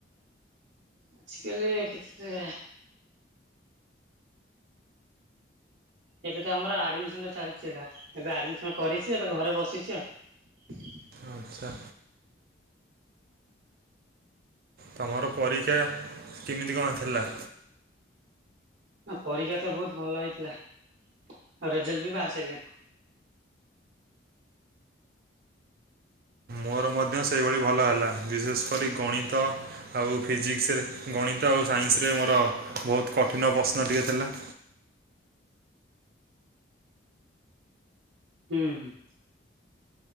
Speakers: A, on the right (about 75°); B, on the right (about 50°).
A: ଆଜି କାଲି କିଛି ଏବେ ତ ଆମର ଆଡମିସନଟା ଚାଲିଛି ଏକା। ଏବେ ଆଡମିସନ କରିଛି ଏବେ ଘରେ ବସିଛି ଆଉ।
B: ଆଚ୍ଛା। ତମର ପରୀକ୍ଷା କେମିତି କଣ ଥିଲା?
A: ପରୀକ୍ଷା ତ ବହୁତ ଭଲ ହେଇଥିଲା ଆଉ ରେଜଲ୍ଟ ବି ବାହାରି ସାରିଲାଣି।
B: ମୋର ମଧ୍ୟ ସେହିଭଳି ଭଲ ହେଲା ବିଶେଷ କରି ଗଣିତ। ଆଉ ଫିଜିକ୍ସରେ, ଗଣିତ ଆଉ ସାଇନ୍ସରେ ମୋର ବହୁତ କଠିନ ପ୍ରଶ୍ନ ଟିକେ ଥିଲା।
A: ହୁଁ ହୁଁ।